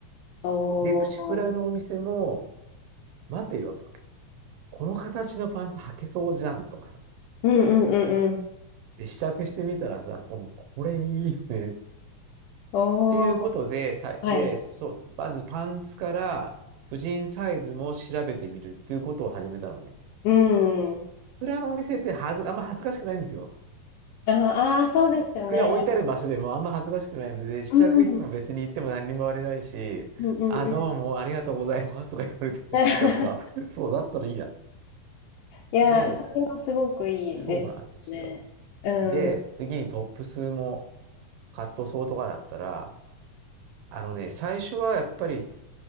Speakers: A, on the left; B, on the right.
A: おお。
B: で、プチプラのお店も、待てよと。この形のパンツ履けそうじゃんとかさ。
A: うんうんうんうん。
B: で、試着してみたらさ、お、これいいよね。っ
A: おー、
B: ていうことで、さ、
A: はい。
B: で、そう、まずパンツから、婦人サイズも調べてみるっていうことを始めたのね。
A: うん。
B: 蔵のお店ってはず、あんま恥ずかしくないんですよ。
A: ああー、そうですよね。
B: 蔵置いてある場所でもあんま恥ずかしくないので、試着室も別に行っても何にも言われないし、
A: うん。うんうんうん。
B: あ、どうもありがとうございますとか言われてるからさ、
A: <laughs>
B: そうだったらいいや。
A: いや、
B: で、
A: それはすごくいいですね。
B: そうなんですよ。
A: うん。
B: で、次にトップスもカットソーとかだったら、あのね、最初はやっぱり